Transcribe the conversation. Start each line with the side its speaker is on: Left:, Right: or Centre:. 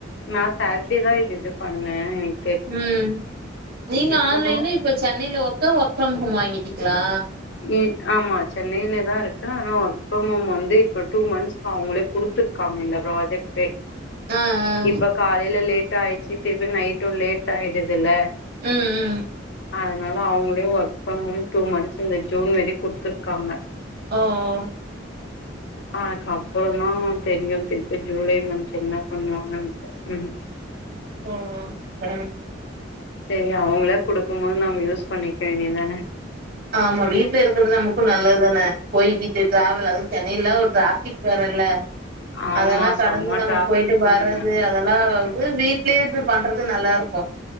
Left: நா சாட்டே தா இருதுது பண்ணே எனிக்
Right: ம் நீங்க
Left: இப்பதா
Right: ஆன்லைன்ல இப்ப சென்னைல ஒர்க் அதா ஒர்க்ஃப்ரம் ஹோம் வாங்கிடிங்களா
Left: நீட் ஆமா சென்னையில தா இருக்குற ஆனா வர்க்ஃப்ரம் ஹோம் வந்து இப்ப டூ மந்த்ஸ் அவுங்களே குடுத்துருக்காங்க இந்த ப்ராஜெக்ட்டே
Right: ஆ ஆ
Left: இப்ப காலைல லேட் இது ஆயிடுச்சு திருப்பி நைட்டு லேட் ஆயிடுதுல்ல
Right: ம் ம்
Left: அதனால அவுங்களே ஒர்க் பன் டூ மந்த்ஸ் இந்த ஜூன் வரி குடுத்துருக்காங்க
Right: ஓ ஓ
Left: அ அதுக்கு அப்புற தா தெரியு திருப்பி ஜூலை மன்த் என்ன பண்ணுவா ம் ம்ஹ்ம்
Right: ஓ சரி
Left: சரி அவங்களா குடுக்கு போது நம் யூஸ் பண்ணிக்க வேண்டிதானே
Right: ஆமா வீட்ல இருக்றது நமக்கு நல்லது தானே போய்கிட்டு ட்ராவல் அதுவு சென்னைல்லா ஒரு ட்ராஃபிக் வேற ல
Left: ஆமா
Right: அதெல்லா கடந்து
Left: செம
Right: நாம
Left: டிராஃபிக்குங்க
Right: போயிட்டு வர்றது
Left: இங்கெல்லா
Right: அதெல்லா அது வீட்லயே இருந்து பண்றது நல்லா இருக்கு